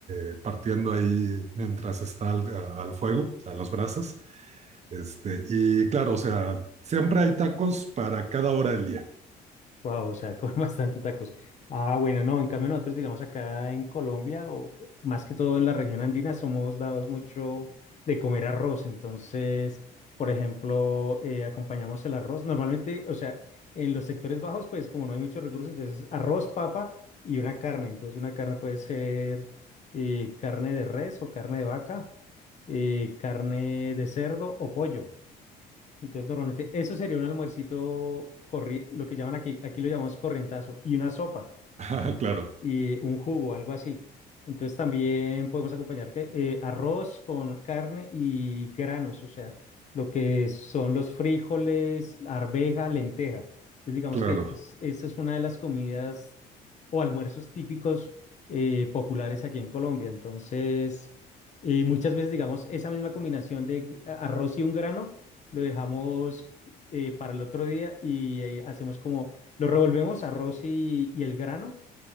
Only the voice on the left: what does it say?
Wow, o sea, con <laughs> bastante tacos. Ah, bueno, no, en cambio nosotros, digamos, acá en Colombia, o más que todo en la región andina, somos dados mucho de comer arroz. Entonces, por ejemplo, eh, acompañamos el arroz. Normalmente, o sea, en los sectores bajos, pues como no hay muchos recursos, entonces arroz, papa y una carne. Entonces, una carne puede ser eh, carne de res o carne de vaca, eh, carne de cerdo o pollo. Entonces, normalmente eso sería un almuercito, corri- lo que llaman aquí, aquí lo llamamos corrientazo, y una sopa
y un jugo, algo así. Entonces también podemos acompañar que, eh, arroz con carne y granos, o sea, lo que son los frijoles, arveja, lenteja. Entonces digamos
que es- esa es una de las comidas o almuerzos típicos eh, populares aquí en Colombia. Entonces, eh, muchas veces digamos esa misma combinación de gr- arroz y un grano lo dejamos eh, para el otro día y eh, hacemos como, lo revolvemos arroz y y el grano